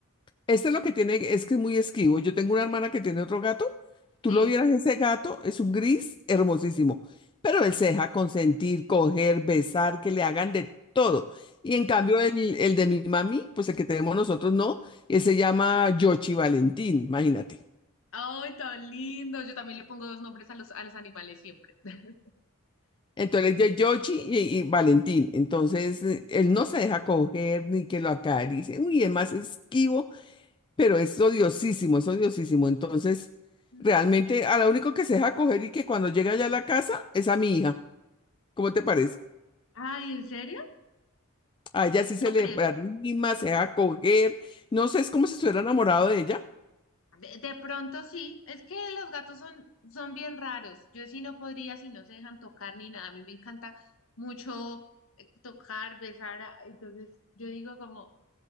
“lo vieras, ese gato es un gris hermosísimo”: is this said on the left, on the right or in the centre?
Left